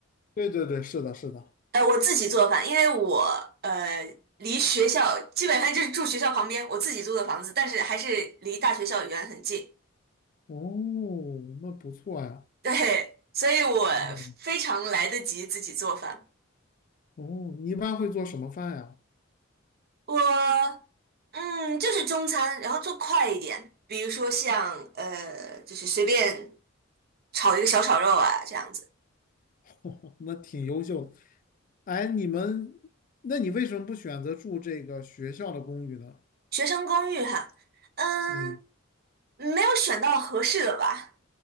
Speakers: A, on the left; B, on the right.
A: 对对对，是的，是的。
B: 呃，我自己做饭，因为我呃离学校基本上就是住学校旁边，我自己租的房子，但是还是离大学校园很近，
A: 哦，那不错呀。
B: 对，所以我
A: 嗯。
B: 非常来得及自己做饭。
A: 哦，你一般会做什么饭呀？
B: 我嗯，就是中餐，然后做快一点，比如说像呃，就是随便炒一个小炒肉啊这样子。
A: <laughs> 那挺优秀的。哎，你们，那你为什么不选择住这个学校的公寓呢？
B: 学生公寓哈，嗯，
A: 嗯，
B: 没有选到合适的吧。